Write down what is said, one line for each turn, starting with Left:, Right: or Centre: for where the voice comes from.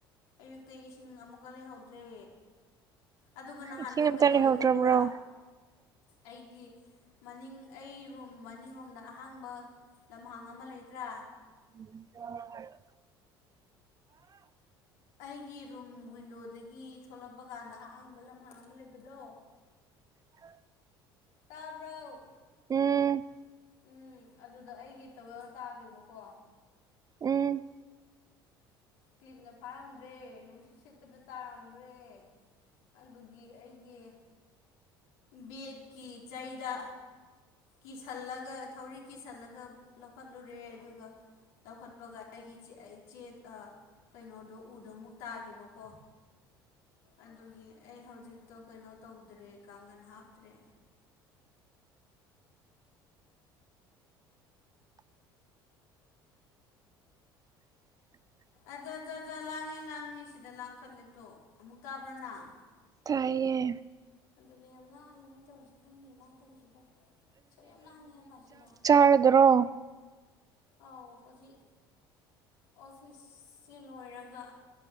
Left: ꯑꯌꯨꯛꯇ ꯏꯁꯤꯡ ꯑꯃꯨꯛꯀ ꯂꯩꯍꯧꯗ꯭ꯔꯦ ꯑꯗꯨꯒ ꯅꯍꯥꯟꯗꯣ
Right: ꯏꯁꯤꯡ ꯑꯝꯇ
Left: ꯀꯩꯗꯧꯋꯦ
Right: ꯂꯩꯍꯧꯗ꯭ꯔꯕ꯭ꯔꯣ
Left: ꯈꯪꯕ꯭ꯔꯥ ꯑꯩꯒꯤ ꯃꯅꯤꯡ ꯑꯩ ꯔꯨꯝ ꯃꯅꯤꯡꯔꯣꯝꯗ ꯑꯍꯥꯡꯕ ꯂꯝꯍꯥꯡ ꯑꯃ ꯂꯩꯇ꯭ꯔꯥ
Right: <unintelligible>
Left: ꯑꯩꯒꯤ ꯔꯨꯝ ꯋꯤꯟꯗꯣꯗꯒꯤ ꯊꯣꯛꯂꯛꯄ ꯀꯥꯟꯗ ꯑꯍꯥꯡꯕ ꯂꯝꯍꯥꯡ ꯑꯃ ꯂꯩꯕꯗꯣ
Right: <unintelligible>
Left: ꯇꯥꯕ꯭ꯔꯣ
Right: ꯎꯝ
Left: ꯎꯝ ꯑꯗꯨꯗ ꯑꯩꯒꯤ ꯇꯥꯎꯋꯦꯜ ꯇꯥꯈꯤꯕꯀꯣ
Right: ꯎꯝ
Left: ꯀ꯭ꯂꯤꯞꯅ ꯐꯥꯔꯝꯗ꯭ꯔꯦ ꯅꯨꯡꯁꯤꯠ ꯁꯤꯠꯄꯗ ꯇꯥꯔꯝꯒ꯭ꯔꯦ ꯑꯗꯨꯒꯤ ꯑꯩꯒꯤ ꯕꯦꯠꯀꯤ ꯆꯩꯗ ꯀꯤꯁꯜꯂꯒ ꯊꯧꯔꯤ ꯀꯤꯁꯜꯂꯒ ꯂꯧꯈꯠꯂꯨꯔꯦ ꯑꯗꯨꯒ ꯂꯧꯈꯠꯄꯒ ꯑꯩꯒꯤ ꯑꯩ ꯆꯦ ꯑ ꯀꯩꯅꯣꯗꯣ ꯎꯗꯃꯨꯛ ꯇꯥꯈꯤꯕꯀꯣ ꯑꯗꯨꯒꯤ ꯑꯩ ꯍꯧꯖꯤꯛꯇꯣ ꯀꯩꯅꯣ ꯇꯧꯗ꯭ꯔꯦ ꯀꯥꯡꯒꯟ ꯍꯥꯞꯇ꯭ꯔꯦ
Right: <inaudible>
Left: ꯑꯗꯨ ꯗ ꯗ ꯗ ꯂꯥꯡꯉꯦ ꯂꯥꯡꯉꯦ ꯁꯤꯗ ꯂꯥꯡꯈꯠꯂꯦꯇꯣ ꯑꯃꯨꯛ ꯇꯥꯕ꯭ꯔ ꯅꯪ
Right: ꯇꯥꯏꯌꯦ
Left: ꯑꯗꯨꯅꯦ ꯌꯥꯝ ꯂꯥꯡꯉꯦ ꯃꯦ ꯇꯧꯔꯤꯁꯤ ꯈꯪꯗꯦ ꯃꯥꯅ ꯇꯧꯔꯤꯁꯤꯕꯣ ꯁꯨꯛ ꯌꯥꯝ ꯂꯥꯡꯉꯦꯕ ꯁꯤꯗ
Right: ꯍꯥꯏꯔꯗꯔꯣ
Left: ꯑꯥꯎ ꯍꯧꯖꯤꯛ ꯑꯣꯐꯤꯁꯁꯤ ꯂꯣꯏꯔꯒ